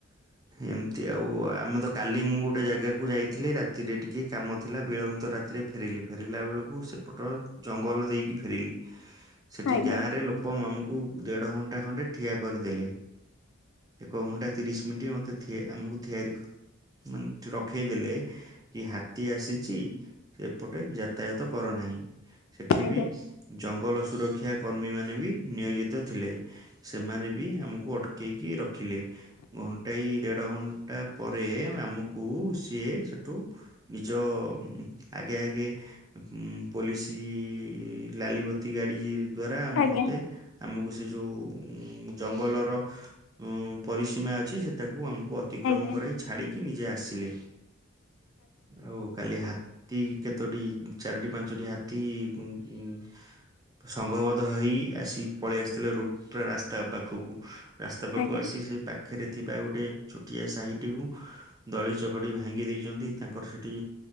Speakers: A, on the right (about 20°); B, on the left (about 80°).
A: ଏମିତି ଆଉ ଆମେ ତ କାଲି ମୁଁ ଗୋଟେ ଜାଗାକୁ ଯାଇଥିଲି ରାତିରେ ଟିକେ କାମ ଥିଲା ବିଳମ୍ବିତ ରାତିରେ ଫେରିଲି ଫେରିଲା ବେଳକୁ ସେପଟ ଜଙ୍ଗଲ ଦେଇକି ଫେରିଲି ସେଠି
B: ଆଜ୍ଞା
A: ଗାଁରେ ଲୋ ଓ ମାମୁଁଙ୍କୁ ଦେଢ ଘଣ୍ଟା ଖଣ୍ଡେ ଠିଆ କରିଦେଲି। ଏକ ଘଣ୍ଟା ତିରିଶ ମିନିଟ୍ ମତେ ଥିଆ ଆମକୁ ଥିଆରି କର ମାନେ ଠି ରଖେଇଦେଲେ କି ହାତୀ ଆସିଛି ଏପଟେ ଯାତାୟାତ କର ନାହିଁ। ସେଠି
B: ଆଜ୍ଞା
A: ବି ଜଙ୍ଗଲ ସୁରକ୍ଷା କର୍ମୀ ମାନେ ବି ନିୟୋଜିତ ଥିଲେ। ସେମାନେ ବି ଆମକୁ ଅଟକେଇକି ରଖିଲେ। ଘଣ୍ଟାଇ ଦେଢ଼ ଘଣ୍ଟା ପରେ ଆମକୁ ସିଏ ସେଠୁ ନିଜ ଆଗେ ଆଗେ ପୋଲିସ କି ଲାଲିିବତୀ ଗାଡି ଦ୍ଵାରା
B: ଆଜ୍ଞା
A: ମତେ ଆମକୁ ସେ ଯୋଉ ଉ ଜଙ୍ଗଲର ଉ ପରିସୀମା ଅଛି ସେଟାକୁ ଆମକୁ ଅ ଅତିକ୍ରମ
B: ଆଜ୍ଞା ଆଜ୍ଞା
A: କରାଇ ଛାଡିକି ନିଜେ ଆସିଲେ, ଆଉ କାଲି ହା ହାତୀ କେତୋଟି ଚାରୋଟି ପାଞ୍ଚଟି ହାତୀ ଉଁ ସଂଘବଧ ହେଇ ଆସି ପଳେଇ ଆସିଥିଲେ ରୋଟ ରାସ୍ତା ପାଖକୁ। ରାସ୍ତା ପାଖକୁ
B: ଆଜ୍ଞା।
A: ଆସି ସେ ପାଖରେ ଥିବା ଗୋଟେ ଛୋଟିଆ ସାହିଟିକୁ ଦଳି ଚକଟି ଭାଙ୍ଗି ଦେଇଛନ୍ତି ତାଙ୍କର ସେଠି